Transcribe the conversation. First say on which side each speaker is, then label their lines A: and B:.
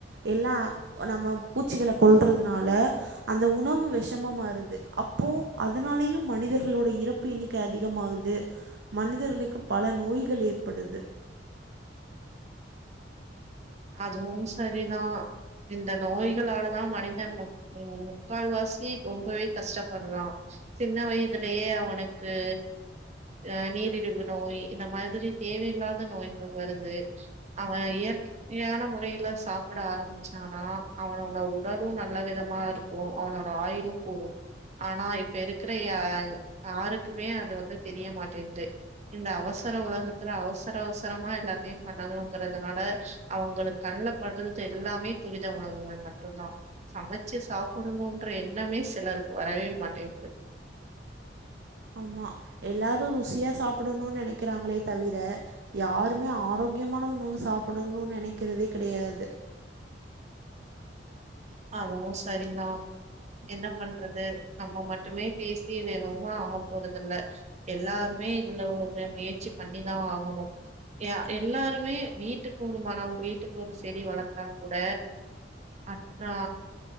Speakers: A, on the right (about 70°); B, on the right (about 40°).
A: எல்லா அ நம்ம பூச்சிகள கொல்றதுனால அந்த உணவு வெஷமா மாறுது அப்போ அது அதுனாலயும் மனிதர்களோட இறப்பு எண்ணிக்க அதிகமாகுது மனிதர்களுக்கு பல நோய்கள் ஏற்படுது
B: அதுவும் சரிதா இந்த நோய்களாலதா மனிதன் வ அதே மாதிரி தா முக்கால் வாசி ரொம்பவே கஷ்டப்பட்றா சின்ன வயதுலயே அவனுக்கு அ நீரிழிவு நோய் இந்த மாதிரி தேவையில்லாத நோய்கள் வருது அவ இயற் யான முறையில சாப்பிட ஆரம்பிச்சானா அவனோட உடலு நல்ல விதமா இருக் கு அவனோட ஆயுிலு கூடு ஆனா இப்ப இருக்கிற யா யாருக்குமே அது வந்து தெரிய மாட்டேன்து இந்த அவசர உலகத்துல அவசர அவசரமா எல்லாத்தையு பண்ணணுங்கிறதுனால அவ்ங்களுக்கு கண்லப்பட்றது எல்லாமே துரித உணவுங்கள் மட்டுந்தா சமச்சு சாப்புடுவோன்ற எண்ணமே சிலருக்கு வரவே மாட்டேன்து
A: ஆமா எல்லாரு ருசியா சாப்பிடணுனு நெனைக்கிறாங்களே தவிர யாருமே ஆரோக்கியமான உணவு சாப்பிடணுன் நெனைக்கிறதே கெடையாது
B: அதுவு சரிதா என்ன பண்றது நம்ம மட்டுமே பேசி இது எதுவுமா ஆக போறதில்ல எல்லாருமே இதுல ஒரு முயற்சி பண்ணிதா ஆகணு யா எல்லாருமே வீட்டுக்கு ஒரு மனம் வீட்டுக்கு ஒரு செடி வளத்தா கூட அ ஆ